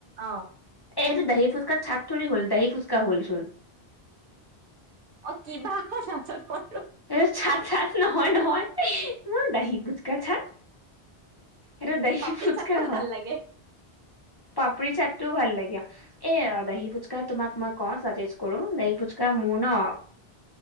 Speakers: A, on the right; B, on the left.
A: অ
B: এটো দহি। ফুচকাৰ ছাতৰি হ'ল দহি ফুচকা হলচোন।
A: অ' কিবা অ'ক <unintelligible>
B: এ চাট চাট নহয় নহয় ম দাহি কুচকা চাট। এটো দহি
A: পাপৰি
B: ফুচকা
A: চাটটো
B: হয়।
A: ভাল লাগে।
B: পাপৰি চাটতটোও ভাল লাগে, এ
A: অ,
B: দাহি ফুচকা তোমাক মই ক চাজেষ্ট কৰো দ। ফুচকা মোৰ ন